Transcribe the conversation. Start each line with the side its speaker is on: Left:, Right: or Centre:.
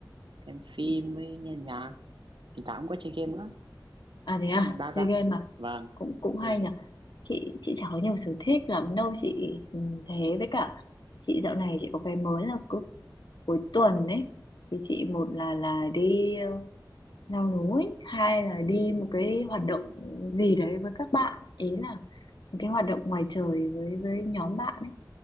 Right: xem phim với nghe nhạc thỉnh thoảng cũng có chơi game nữa nói
Left: à thế à
Right: chung là đa dạng
Left: chơi game
Right: chị
Left: mà
Right: ạ. vâng
Left: cũng cũng hay
Right: chơi game
Left: nhở chị chị chả có nhiều sở thích lắm đâu chị ừ, thế với cả chị dạo này chị có cái mới là cứ cuối tuần ấy thì chị một là là đi ờ, leo núi hai là đi một cái hoạt động gì đấy với các bạn ý là một cái hoạt động ngoài trời với với nhóm bạn ấy